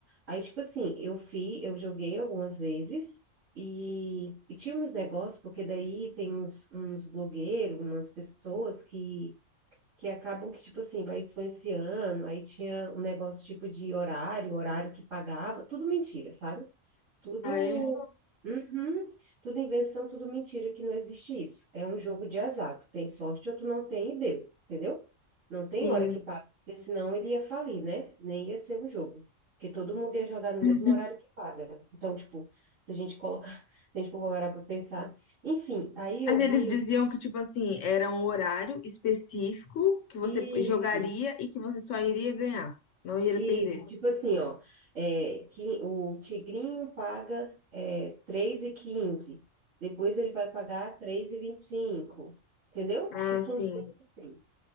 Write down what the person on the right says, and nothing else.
Aí, tipo assim, eu fiz, eu joguei algumas vezes e, e tinha uns negócios, porque daí tem uns, uns blogueiros, umas pessoas que que acabam que, tipo assim, vai influenciando. Aí tinha um negócio tipo de horário, um horário que pagava, tudo mentira, sabe? Tudo.
Uhum, tudo invenção, tudo mentira, que não existe isso. É um jogo de azar. Tu tem sorte ou tu não tem e deu, entendeu? Não
tem hora que paga, porque senão ele ia falir, né? Nem ia ser um jogo. Porque todo mundo ia jogar no
mesmo horário que paga. Então, tipo, se a gente colocar, <laughs> se a gente for parar para pensar. Enfim, aí eu
vi
isso.
Isso,
tipo assim, ó, é, que o tigrinho paga é, três e quinze depois ele vai pagar três e e vinte e cinco entendeu?
<laughs> Tipo
umas coisas assim.